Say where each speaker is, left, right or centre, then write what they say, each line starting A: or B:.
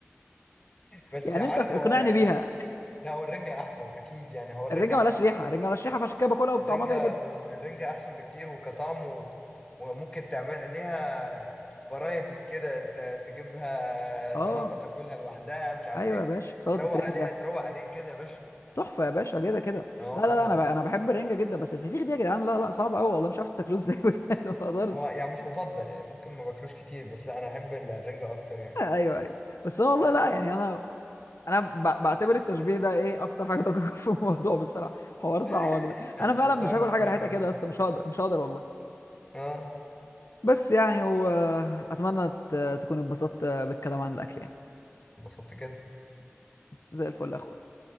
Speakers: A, on the left; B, on the left.
A: بس
B: يعني
A: عارف
B: انت اقنعني
A: هو يعني
B: بيها
A: لا هو الرنجة احسن اكيد يعني هو الرنجة
B: الرنجه
A: احسن
B: ملهاش ريحه الرنجه ملهاش ريحه فعشان كده باكلها وبطعمها
A: الرنجة
B: بيعجبني
A: الرنجة احسن بكتير وكطعم و... وممكن تعمل ليها فرايتيز كده ت- تجيبها
B: اه
A: سلطة تاكلها لوحدها مش عارف
B: ايوه
A: ايه
B: يا باشا سلطه
A: تروق
B: رنجه
A: عليها تروق عليك كده يا باشا
B: تحفه يا باشا كده كده
A: اه
B: لا لا
A: طبعا
B: لا انا ب... انا بحب الرنجه جدا بس الفسيخ دي يا جدعان لا لا صعب قوي والله مش عارف تاكلوه ازاي <laughs> بجد ما اقدرش
A: هو يعني مش مفضل يعني ممكن ما باكلوش كتير بس لا انا احب الرنجة اكتر يعني
B: ايوه ايوه بس انا والله لا يعني انا انا ب- بعتبر التشبيه ده ايه اكتر حاجه دقيقه في الموضوع بصراحه حوار
A: <laughs>
B: صعب ده انا
A: انت صعب
B: فعلا مش هاكل
A: مستعمل
B: حاجه ريحتها كده يا اسطى مش هقدر مش هقدر والله
A: اه
B: بس يعني هو اتمنى ت- تكونوا اتبسطت بالكلام عن الاكل يعني
A: انبسطت جدا
B: زي الفل يا اخويا